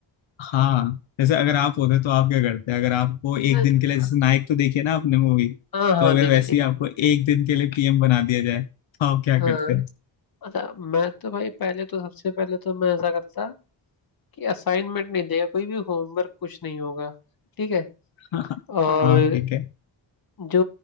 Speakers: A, on the left; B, on the left.
A: हाँ जैसे अगर आप होते तो आप क्या करते अगर आपको एक
B: हैं
A: दिन के लिए जैसे नायक तो देखिए ना आपने मूवी
B: हाँ हाँ
A: तो अगर
B: देखिए
A: वैसे
B: देखिए
A: ही आपको एक दिन के लिए पीएम बना दिया जाए तो आप क्या
B: हाँ
A: करते
B: अच्छा मैं तो भाई पहले तो सबसे पहले तो मैं ऐसा करता कि असाइनमेंट नहीं देगा कोई भी होमवर्क कुछ नहीं होगा ठीक है
A: <laughs>
B: और
A: हाँ ठीक है
B: जो